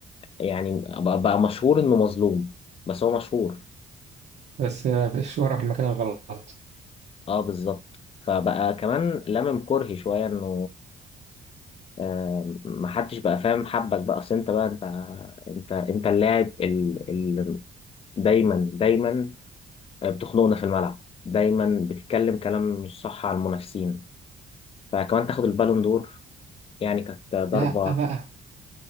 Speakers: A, on the left (about 30°); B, on the right (about 60°).
A: يعني بقى, بقى مشهور انه مظلوم بس هو مشهور
B: بس آه، الشهرة في المكان الغلط
A: اه بالظبط فبقى كمان لمم كرهي شوية انه آه محدش بقى فاهم حبك بقى اصل انت بقى انت انت انت اللاعب اللي دايما دايما بتخنقنا في الملعب دايما بتتكلم كلام مش صح على المنافسين فكمان تاخد البالون دور يعني كانت ضربة
B: لا بقى